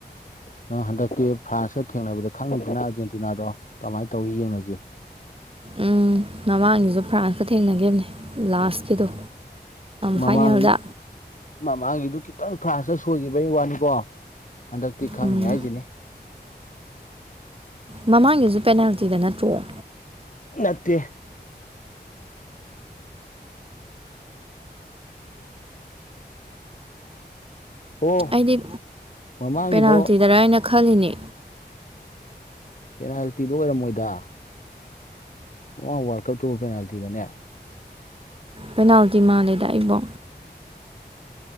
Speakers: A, on the left; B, on the right.
A: ꯅꯪ ꯍꯟꯗꯛꯇꯤ ꯐ꯭ꯔꯥꯟꯁꯀ ꯊꯦꯡꯅꯕꯗ ꯈꯪꯉꯅꯤꯗꯅ ꯑꯥꯔꯖꯦꯟꯇꯤꯅꯥꯗꯣ ꯀꯃꯥꯏ ꯇꯧꯋꯤ ꯌꯦꯡꯅꯖꯤ
B: ꯎꯝ ꯃꯃꯥꯡꯒꯤꯁꯨ ꯐ꯭ꯔꯥꯟꯁꯀ ꯊꯦꯡꯅꯈꯤꯕꯅꯦ ꯂꯥꯁꯀꯤꯗꯣ
A: ꯃꯃꯥꯡꯒꯤ
B: ꯐꯥꯏꯅꯦꯜꯗ
A: ꯃꯃꯥꯡꯒꯤꯗꯨ ꯈꯤꯇꯪ ꯐ꯭ꯔꯥꯟꯁꯇ ꯁꯣꯏꯈꯤꯕꯒꯤ ꯋꯥꯅꯤꯀꯣ ꯍꯟꯗꯛ ꯇꯤ ꯈꯪꯅꯤ
B: ꯎꯝ
A: ꯍꯥꯏꯁꯤꯅꯤ
B: ꯃꯃꯥꯡꯒꯤꯁꯨ ꯄꯦꯅꯥꯜꯇꯤꯗ ꯅꯠꯇ꯭ꯔꯣ
A: ꯅꯠꯇꯦ ꯑꯣ
B: ꯑꯩꯗꯤ
A: ꯃꯃꯥꯡꯒꯤꯗꯣ
B: ꯄꯦꯅꯥꯜꯇꯤꯗꯔ ꯍꯥꯏꯅ ꯈꯜꯂꯤꯅꯤ
A: ꯄꯦꯅꯥꯜꯇꯤꯗꯣ ꯑꯣꯏꯔꯝꯃꯣꯏꯗ ꯑꯣ ꯋꯥꯜ ꯀꯞꯇꯨꯕꯨ ꯄꯦꯅꯥꯜꯇꯤꯔꯅꯦ
B: ꯄꯦꯅꯥꯜꯇꯤ ꯃꯥꯜꯂꯤꯗ ꯑꯩꯕꯣ